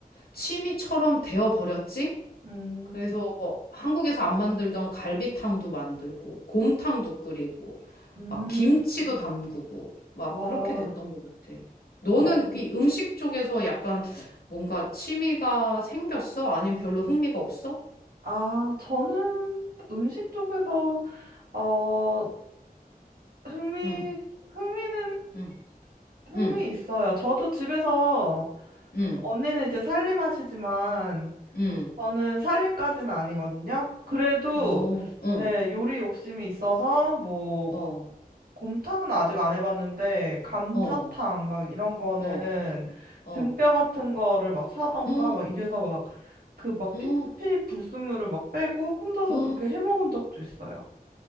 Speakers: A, on the left; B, on the right.
A: 취미처럼 되어 버렸지?
B: 음,
A: 그래서 뭐 한국에서 안 만들던 갈비탕도 만들고 곰탕도 끓이고
B: 음,
A: 막 김치도
B: 음.
A: 담그고 막
B: 아,
A: 그렇게 됐던 것 같아. 너는
B: 어.
A: 그 음식 쪽에서 약간 뭔가 취미가 생겼어? 아니면 별로 흥미가 없어?
B: 아, 저는 음식 쪽에서, 어, 흥미,
A: 응,
B: 흥미는,
A: 응,
B: 흥미
A: 응,
B: 있어요. 저도 집에서,
A: 응,
B: 언니는 이제 살림하시지만,
A: 응,
B: 저는 살림까지는 아니거든요. 그래도,
A: 어, 응,
B: 예, 요리 욕심이 있어서, 뭐,
A: 어,
B: 곰탕은 아직 안 해봤는데, 감자탕,
A: 어,
B: 막 이런 거는,
A: 어, 어,
B: 등뼈 같은 거를 막 사던가,
A: 어,
B: 막 이래서 막, 그 막
A: 어,
B: 피피 불순물을 막 빼고, 혼자서
A: 어.
B: 그렇게 해 먹은 적도 있어요.